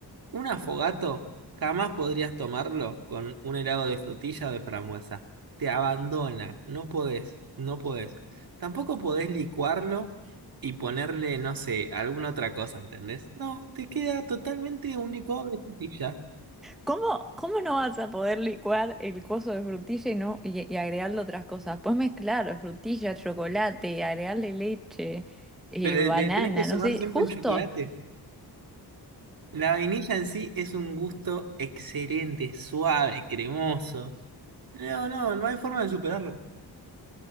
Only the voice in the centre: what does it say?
¿Cómo, cómo no vas a poder licuar el coso de frutilla y no y, y agregarle otras cosas? Puedes mezclar frutilla, chocolate, agregarle leche, eh,
banana,
no sé,
justo.